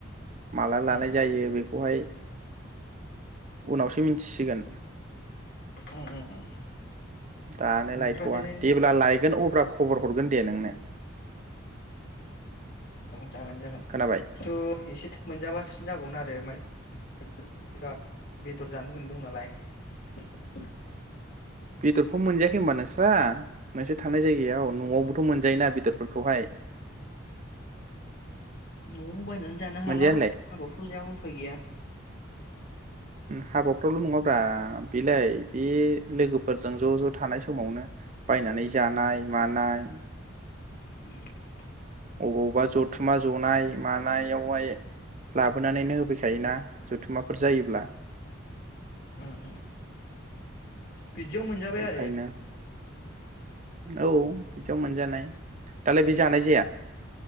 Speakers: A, on the right; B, on the left.
A: माला लानाय
B: उम
A: जायो बेखौहाय उनावसो मिनथिसिगोन
B: उम उम
A: दानो
B: ओमफ्राय
A: लायथ'आ जेब्ला लाइ गोन अब्ला खबर हरगोन दे नोंनो
B: औ जागोन जागोन
A: खोनाबाय
B: किनथु एसे मोनजाबा साबसिन जागौमोन आरो माय बिराद बेदर जानो लुुबैना दं नालाय
A: बेदरखौ मोनजायाखै होमबा नोंस्रा नोंसोर थानाय जायगायाव न'आवबोथ' मोनजायोना बेदरफोरखौहाय
B: नंगौ। बायनानै जानो हाला
A: मोनजाया होनलाय
B: हाबाफोराव जायाबा उफाय गैया।
A: हाबाफ्रावल नङाब्रा बेलाय बे लोगोफोरजों ज ज थानाय समावनो बायनानै जानाय मानाय
B: <inaudible>
A: बबावबा जथुमा जनाय मानायावहाय लाबोनानैनो होफैखायोना जथुम्माफोर जायोब्ला।
B: उम उम। बिदियाव मोनजाबाय
A: ओंखायनो
B: आरो
A: औ बिदियाव मोनजानाय। दालाय बे जानाय जाया?